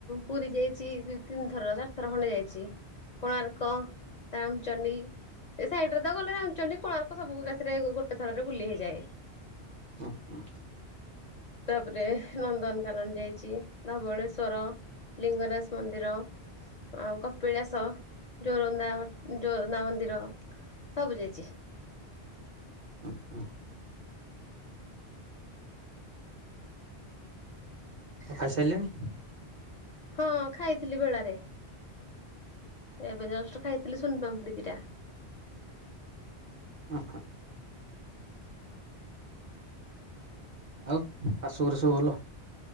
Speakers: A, on the left (about 50°); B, on the right (about 50°).
A: ପୁରୀ ଯାଇଛି ଦୁଇ ତିନିଥର ଚାରି ଥର ଖଣ୍ଡେ ଯାଇଛି। କୋଣାର୍କ ରାମଚଣ୍ଡି। ସେ ସାଇଡ ରେ ତ ଗଲେ ରାନ୍ଧୁଛନ୍ତି କୋଣାର୍କ ସବୁରେ ଗୋଟେ ଥରରେ ବୁଲି ହେଇଯାଏ।
B: ହ ହ
A: ତାପରେ ନନ୍ଦନକାନନ ଯାଇଛି ଧବଳେଶ୍ୱର। ଲିଙ୍ଗରାଜ ମନ୍ଦିର। ଆଉ କପିଳାସ ଜୋରନ୍ଦା ଜୋରନ୍ଦା ମନ୍ଦିର ସବୁ ଯାଇଛି।
B: ହଁ ହଁ ଖାଇସାରିଲେଣି।
A: ହଁ ଖାଇଥିଲି ବେଳାରେ। ଏବେ ଜଷ୍ଟ୍ ଖାଇଥିଲି ସୁନପମ୍ପୁଡ଼ି ଦି ଟା।
B: ଓ ଆଉ ଶାଶୁ ଘର ସବୁ ଭଲ।